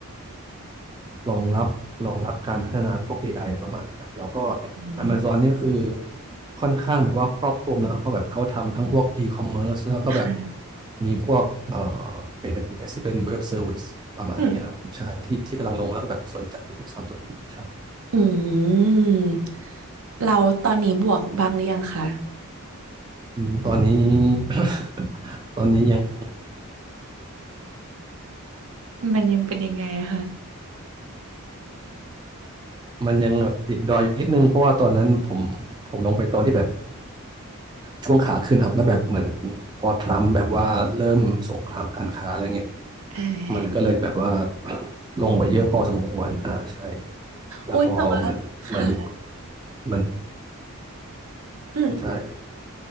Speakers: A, on the right; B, on the right.
A: รองรับรองรับการพัฒนาพวก AI อไออะไรประมาณนี้ครับแล้วก็
B: อืม
A: Amazon นี่ก็คือค่อนข้างแบบว่าครอบคลุมนะครับเพราะแบบเขาทำทั้งพวก e-commerce แล้วก็แบบ
B: ค่ะ
A: มีพวกเอ่อ AWS ที่เป็น Web Service ประมาณนี้ครับใช่ที่ที่กำลังลงแล้วก็แบบสนใจอยู่สามตัวนี้ใช่
B: อืมอืมเราตอนนี้บวกบ้างหรือยังคะ
A: อืมตอนนี้ <coughs> <laughs> ตอนนี้ยัง
B: มันยังเป็นยังไงอะคะ
A: มันยังแบบติดดอยอยู่นิดนึงเพราะว่าตอนนั้นผมผมลงไปตอนที่แบบช่วงขาขึ้นครับแล้วแบบเหมือนพอทรัมป์แบบว่าเริ่มสงครามการค้าอะไรเงี้ย
B: อ่
A: มันก็เลยแบบว่า
B: า
A: <coughs> <clears throat> ลงไปเยอะพอสมควรอ่าใช่แล้วพอมันมัน
B: อุ้ยแต่ว่าค่ะ
A: มัน
B: อืม
A: ใช่